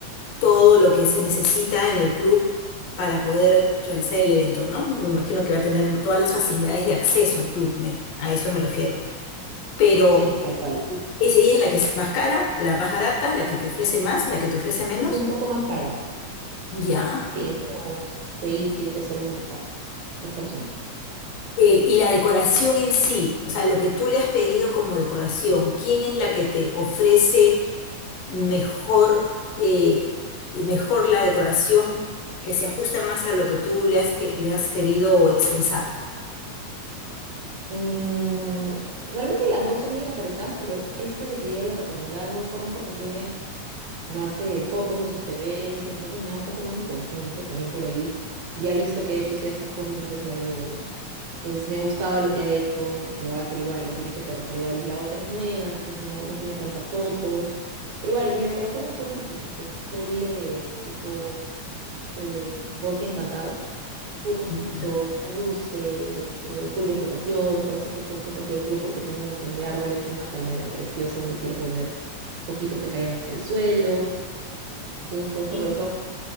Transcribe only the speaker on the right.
sí, tal cual.
Es un poco más cara.
Sí, es como 6 7 soles más cara por persona.
Mm, realmente las dos son bien aterrizadas, pero esta que te dio la recomendada me gustó más porque tiene más eh, fotos de sus eventos, entonces me da un poco más de confianza también por ahí. Y ya he visto que he hecho ciertas cosas, entonces ya digo, bueno, entonces me ha gustado lo que ha hecho, lo va a hacer igual, lo tiene que aterrizar igual. La otra es nueva, entonces no, no tiene tantas fotos. Pero igual, mi decoración es full foquitos, es full eh, tipo eh, bosque encantado, full foquitos,
full luces, eh, full vegetación. Por eso es que justo escogí el club porque tiene un montón de árboles y una palmera preciosa donde quiero poner foquitos que caigan hasta el suelo. Entonces, con esto,
por eso,